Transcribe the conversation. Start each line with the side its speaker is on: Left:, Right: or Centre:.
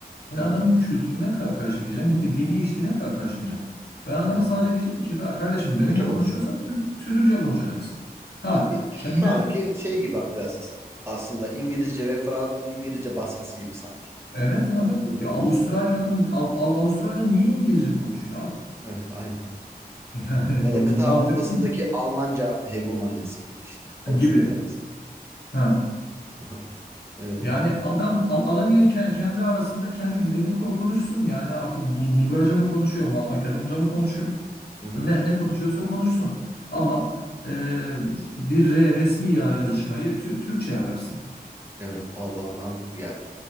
Left: Ben
Right: Hı
Left: adamın
Right: hı.
Left: kültürüne ka- karışmayacağım. Yediğine içtiğine ka- karışmayacağım. Ben adama
Right: Evet.
Left: sadece diyeceğim ki "Ka- kardeşim benimle
Right: Türkçe konuş.
Left: konuşuyorsan Tür- Türkçe konuşacaksın. Ha
Right: Yani bir, şu,
Left: kendi
Right: şu anki şey gibi biraz aslında İngilizce ve Fran İngilizce baskısı gibi sanki.
Left: evet
Right: O
Left: abi
Right: 1900'lerde.
Left: ya Avustralya'nın Av- Av- Avustralya niye İngilizce konuşuyor abi?
Right: Evet aynen.
Left: Yani
Right: Ya
Left: <laughs> bu
Right: da
Left: mantıklı
Right: kıta Avrupa'sındaki
Left: mı?
Right: Almanca hegemonyası gibi işte. Avusturya
Left: Gibi.
Right: mesela.
Left: Ha.
Right: Aha, Evet
Left: Yani
Right: mantıklı.
Left: adam a- adam yine ke- kendi arasında kendi dilini ko- konuşsun. Yani artık Bul- Bulgarca mı konuşuyor, Ma- Makedonca mı konuşuyor?
Right: Hı-hı.
Left: Ne ne konuşuyorsa konuşsun. Ama e, bir re- resmi ya- yazışmayı Tü- Türkçe yap yapsın.
Right: Evet o va- mantıklı geldi